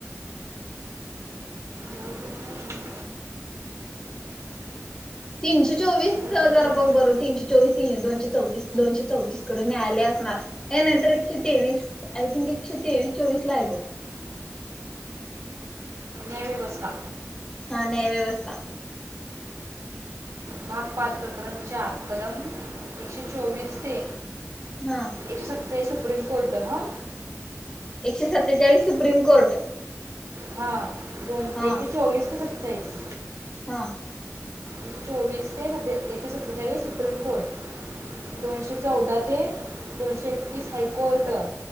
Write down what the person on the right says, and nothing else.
झोप इथं
सर्वचे
न्यायव्यवस्था
भाग पाच प्रकरण चार कलम एकशे चोवीस ते
एकशे सत्तावीस सुप्रीम कोर्ट हां
हा दोन
एकशे चोवीस ते सत्तेचाळीस
एकशे चोवीस ते सत्ते एकशे सत्तेचाळीस सुप्रीम कोर्ट दोनशे चौदा ते दोनशे एकतीस हायकोर्ट